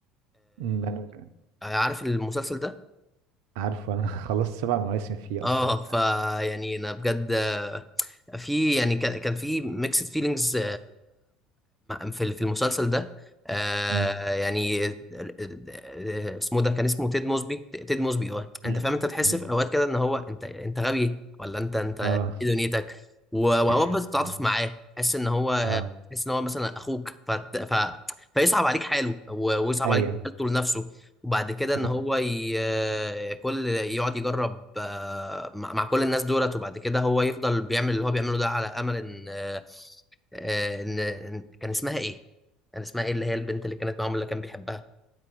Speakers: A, on the right; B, in the centre.
A: امم انا ك-
B: عارف المسلسل ده
A: عارف انا <laughs> خلصت سبع مواسم فيه
B: اه
A: اصلا
B: فا يعني انا بجد آه، في يعني كان كان في ميكسد فيلينجز في في المسلسل ده آه،
A: امم
B: يعني آه، آه، اسمه ده كان اسمه تيد موسبي تيد موسبي اه
A: مم.
B: انت فاهم انت تحس
A: مم.
B: في اوقات كده ان هو انت انت غبي ولا انت انت ايه
A: اه
B: دنيتك و- واوقات
A: <laughs>
B: بتتعاطف معاه تحس ان هو
A: اه
B: تحس ان هو مثلا اخوك فت... ف... فيصعب عليك حاله و- ويصعب
A: ايوه
B: عليك حالته لنفسه وبعد كده ان
A: اه
B: هو ي... كل يقعد يجرب آه، مع مع كل الناس دولت وبعد كده هو يفضل بيعمل اللي هو بيعمله ده على امل ان آه، آه، ان إن- كان اسمها ايه كان اسمها ايه اللي هي البنت اللي كانت معاهم اللي كان بيحبها